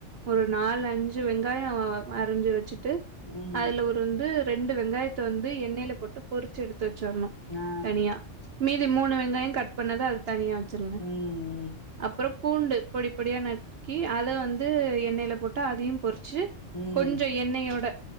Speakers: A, on the right; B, on the left.
A: ஒரு நாலு அஞ்சு வெங்காயோ அரஞ்சு வெச்சிட்டு
B: ம்
A: அதுல ஒ ரு வந்து ரெண்டு வெங்காயத்த வந்து எண்ணெயில போட்டு பொறிச்சு எடுத்து வெச்சிர்ணு
B: ஆ
A: தனியா மீதி மூணு வெங்காயோ கட் பண்ணத அது தனியா வெச்சிருங்க
B: ம்
A: அப்பறோ பூண்டு பொடி பொடியா நரு க்கி அத வந்து எண்ணெயில போட்டா அதயும் பொறிச்சு
B: ம்
A: கொஞ்ச எண்ணெயோட